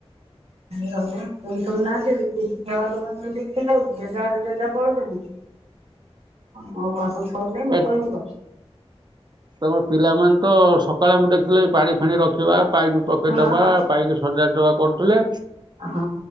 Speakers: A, on the right; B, on the right.
A: ର କେ ଶୁନାହାନ୍ତି ଦେଖି <unintelligible> ଦେଖି ଯେଝା ଯାହା ବାଟେ ପଳଉଛନ୍ତି। ମୋର ତ ଫୋନ୍ ନାହିଁ ମୁଁ
B: ଏ
A: କରିବି କଣ।
B: ତମ ପିଲାମାନେ ତ ସକାଳେ ମୁଁ ଦେଖିଲେ ପାଣି ଫାଣି ରଖିବା ପାଇପ୍ ପକେଇ
A: ହଁ
B: ଦବା ପାଇପ୍ ହଜାର ଟଙ୍କା କରୁଥିଲେ।
A: ହଁ